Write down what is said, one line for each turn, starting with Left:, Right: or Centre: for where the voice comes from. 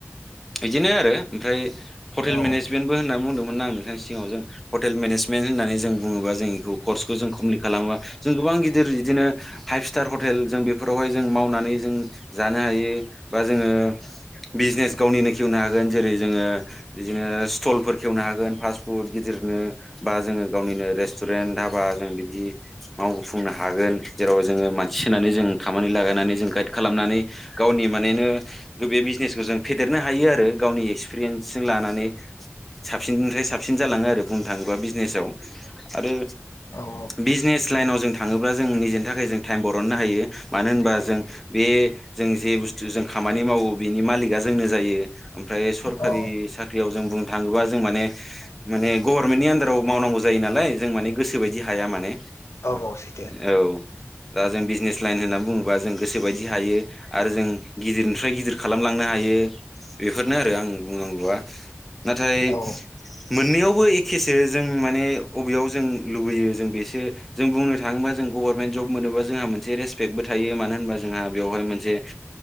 Centre: बिदिनो आरो आमफ्राय हटेल
Left: औ
Centre: मेनेजमेन्टबो होननानै बुंदोंमोन ना आङो नोंथांनि सिगाङाव जों हटेल मेनेजमेन्ट होननानै जों बुङोबा जों एखौ कर्सखौ जों कमप्लिट खालामोबा जों गोबां गिदिर बिदिनो फाइभ स्टार हटेल जों बेफोरावहाय जों मावनानै जों जानो हायो बा जोङो बिजिनेस गावनिनो खेवनो हागोन जेरै जोङो बिदिनो स्टलफोर खेवनो हागोन फास्ट फुड गिदिरनो बा जोङो गावनिनो रेस्टुरेन दाबा जों बिदि मावफुंनो हागोन जेराव जोङो मानसि सोनानै जों खामानि लागायनानै जों गाइड खालामनानै गावनि मानेनो‌ बे बिजिनेसखौ जों फेदेरनो हायो आरो गावनि एक्सपिरियेन्सजों लानानै। साबसिननिफ्राय साबसिन जालाङो आरो बुंनो थाङोब्ला बिजिनेसाव आरो
Left: औ
Centre: बिजिनेस लाइनाव जों थाङोब्ला जों निजेनि थाखाय जों टाइम बरननो हायो मानो होनबा जों बे जों जे बुस्थु जों खामानि मावो बेनि मालिका जोंनो जायो ओमफ्राय सरकारि
Left: औ
Centre: साख्रियाव जों बुंनो थाङोबा जों माने माने गभारमेन्टनि आन्दाराव मावनांगौ जायो नालाय जों माने गोसोबादि हाया माने
Left: औ सैथो
Centre: औ। दा जों बिजिनेस लाइन होनना बुङोबा जों गोसोबायदि हायो। आरो जों गिदिरनिफ्राय गिदिर खालामलांनो हायो बेफोरनो आरो आंनि बुंनांगौआ। नाथाय
Left: औ
Centre: मोननैयावबो एखेसो जों माने अबेयाव जों लुबैयो जों बेसो जों बुंनो थाङोबा जों गभारमेनट जब मोनोबा जोंहा मोनसे रेसपेक्टबो थायो मानो होनबा जोंहा बेवहाय मोनसे